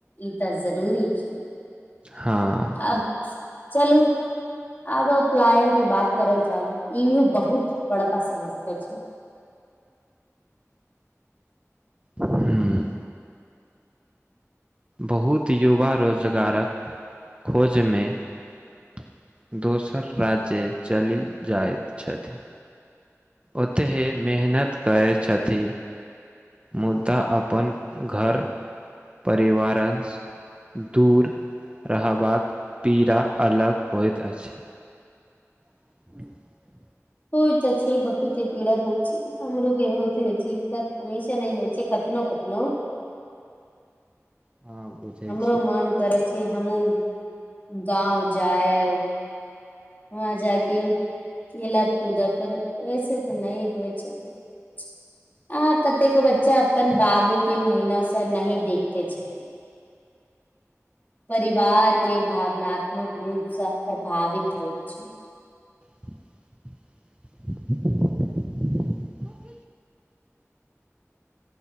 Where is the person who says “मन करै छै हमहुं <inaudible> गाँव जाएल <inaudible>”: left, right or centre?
Left